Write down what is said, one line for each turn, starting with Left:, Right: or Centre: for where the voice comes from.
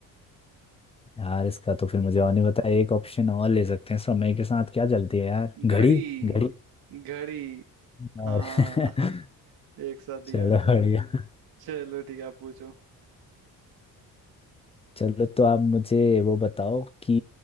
Left: यार इसका तो फिर मुझे और नहीं पता एक ऑप्शन और ले सकते हैं समय के साथ क्या चलती है यार घड़ी
Right: घड़ी
Left: घड़ी
Right: घड़ी
Left: और
Right: हाँ
Left: <laughs>
Right: एक साथ दिया
Left: चलो
Right: आंसर
Left: बढ़िया
Right: चलो ठीक है आप पूछो
Left: चलो तो आप मुझे वो बताओ कि